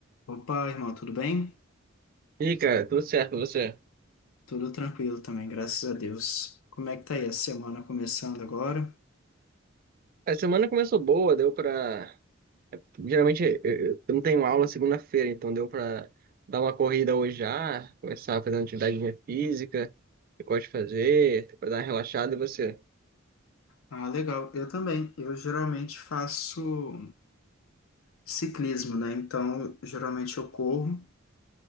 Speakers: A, on the left; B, on the right.
A: Opa, irmão, tudo bem?
B: E aí, cara, tudo certo com você?
A: Tudo tranquilo também, graças a Deus. Como é que tá aí a semana começando agora?
B: A semana começou boa, deu pra. Geralmente eu, eu não tenho aula segunda-feira, então deu pra dar uma corrida hoje já, começar a fazer uma atividade de física, que eu gosto de fazer, pra dar uma relaxada e você?
A: Ah, legal. Eu também. Eu geralmente faço ciclismo, né? Então, geralmente eu corro